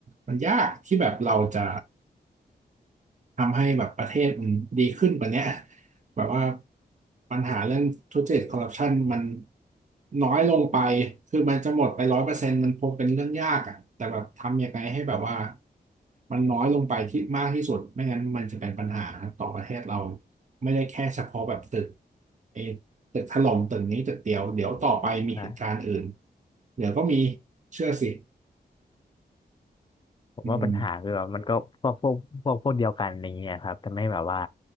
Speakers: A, on the right (about 45°); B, on the left (about 30°).
A: มันยากที่แบบเราจะ ทำให้แบบประเทศมันดีขึ้นกว่าเนี้ยแบบว่าปัญหาเรื่องทุจริตคอร์รัปชันมันน้อยลงไปคือมันจะหมดไปร้อยเปอร์เซ็นต์มันคงเป็นเรื่องยากอ่ะแต่แบบทำยังไงให้แบบว่ามันน้อยลงไปที่มากที่สุดไม่งั้นมันจะเป็นปัญหาต่อประเทศเราไม่ได้แค่เฉพาะแบบตึกไอ้ตึกถล่มตึกนี้ตึกเดียวเดี๋ยวต่อไปมีเหตุการณ์อื่น
B: ่
A: เดี๋ยวก็มีเชื่อสิ
B: ผมว่าปัญหาคือแบบมันก็พวกพวกพวกพวกเดียวกันอะไรเงี้ยครับทำให้แบบว่า
A: อืม